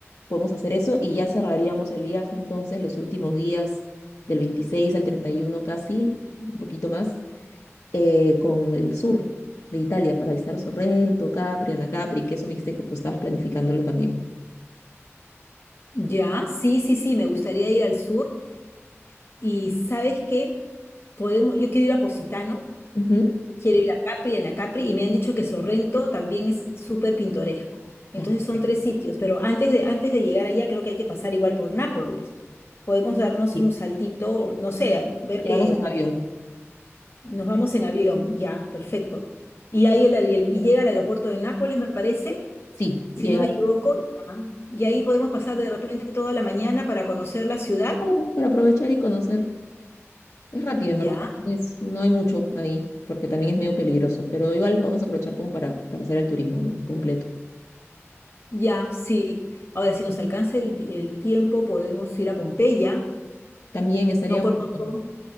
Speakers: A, on the left (about 85°); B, on the left (about 55°).
A: podemos hacer eso y ya cerraríamos el viaje entonces los últimos días del 26 al 31, casi, un poquito más eh, con el sur de Italia para visitar Sorrento, Capri, Anacapri, que eso me dijiste que tú estabas planificándolo también.
B: Ya, sí, sí, sí, me gustaría ir al sur. Y ¿sabes qué? Podemos, yo quiero ir a Positano,
A: Ujú.
B: quiero ir a Capri, en Capri, y me han dicho que Sorrento también es súper pintoresco. Entonces
A: Ah, perfecto.
B: son tres sitios, pero antes de, antes de llegar allá creo que hay que pasar igual por Nápoles. Podemos darnos
A: Sí,
B: un saltito, no sé, a ver
A: Llegamos
B: que
A: en avión.
B: nos vamos en avión, ya, perfecto. Y ahí el, aer- y llega al aeropuerto de Nápoles, me parece,
A: Sí,
B: si
A: llega
B: no me
A: ahí
B: equivoco, ya. Y ahí podemos pasar de repente toda la mañana para conocer la ciudad,
A: claro, para aprovechar y conocer. Es rápido, en
B: ya.
A: verdad. también es- no hay mucho ahí, porque también es medio peligroso, pero igual vamos a aprovechar como para, para hacer el turismo, ¿no? Completo.
B: Ya, sí. Ahora, si nos alcanza el, el tiempo, podemos ir a Pompeya.
A: También estaría
B: No
A: bonito.
B: conozco,